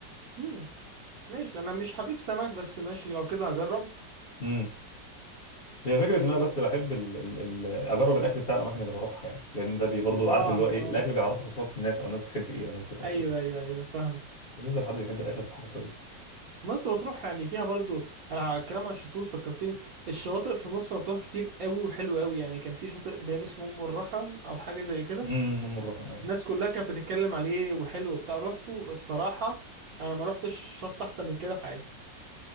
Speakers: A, on the right; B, on the left.
A: امم ماشي انا مش حريف سمك بس ماشي لو كده هجرب
B: امم هي فكرة
A: اه
B: إن أنا بس بحب ال ال ال أجرب الأكل بتاع الأماكن اللي بروحها يعني لأن ده بي برضه
A: اه
B: عارف اللي هو إيه الأكل بيعرفك ثقافة الناس أو الناس بتحب إيه أو الناس بتكره
A: ايوه
B: إيه
A: ايوه ايوه فاهمه
B: بالنسبة لحد بيحب الأكل هتبقى حاجة كويسة
A: مرسى مطروح يعني فيها برضو على الكلام عن الشطوط فكرتني الشواطئ في مرسى مطروح كتير قوي وحلوه قوي يعني كان في شاطئ بين اسمه ام الرخم او حاجه زي كده
B: امم أم الرخم أيوه
A: الناس كلها كانت بتتكلم عليه وحلو بتاع روحته الصراحه انا ما روحتش شط احسن من كده في حياتي